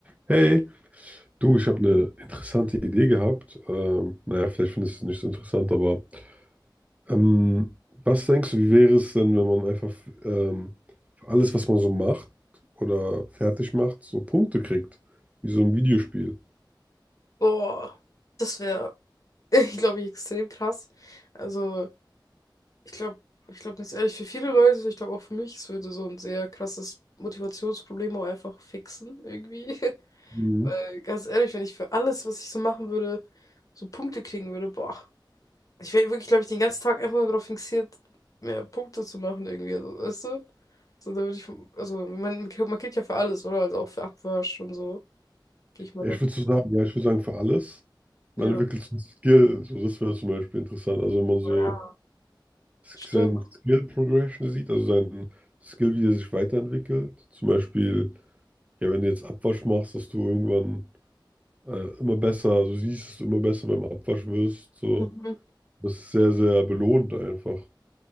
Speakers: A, on the right; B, on the left.
A: Hey, du, ich habe eine interessante Idee gehabt. Ähm, naja, vielleicht findest du es nicht so interessant, aber ähm, was denkst du, wie wäre es denn, wenn man einfach ähm, für alles, was man so macht oder fertig macht, so Punkte kriegt, wie so ein Videospiel?
B: Boah, das wäre, <laughs> ich glaube, extrem krass. Also, ich glaube, ich glaube ganz ehrlich, für viele Leute, ich glaube auch für mich, es würde so ein sehr krasses Motivationsproblem auch einfach fixen, irgendwie. <laughs>
A: Mhm.
B: Weil, ganz ehrlich, wenn ich für alles, was ich so machen würde, so Punkte kriegen würde, boah. Ich wäre wirklich, glaube ich, den ganzen Tag einfach nur darauf fixiert, mehr Punkte zu machen, irgendwie, also, weißt du? So, da würde ich, also, man, man kriegt ja für alles, oder? Also auch für Abwasch und so, gehe ich mal
A: Ich
B: davon.
A: würde so sagen, ja, ich würde sagen, für alles.
B: Ja.
A: Man entwickelt so ein Skill, so das wäre zum Beispiel interessant. Also wenn man so
B: Ja, stimmt.
A: seinen Skill Progression sieht, also seinen Skill, wie der sich weiterentwickelt. Zum Beispiel, ja, wenn du jetzt Abwasch machst, dass du irgendwann äh, immer besser, du siehst es immer besser beim Abwasch wirst. So.
B: Mhm.
A: Das ist sehr, sehr belohnt einfach.